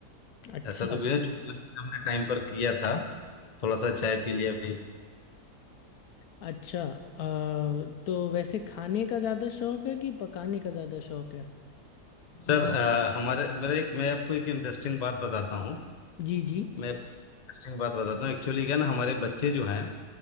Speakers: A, on the left; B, on the left.
A: अच्छा
B: ऐसा तो कुछ है जो लंच हमने टाइम पर किया था थोड़ा सा चाय पी लिया अभी
A: अच्छा अ, तो वैसे खाने का ज़्यादा शौक है कि पकाने का ज़्यादा शौक है
B: सर अ, हमारे मेरे एक मैं आपको एक इंटरेस्टिंग बात बताता हूँ
A: जी जी
B: मैं इंटरेस्टिंग बात बताता हूँ एक्चुअली क्या ना हमारे बच्चे जो हैं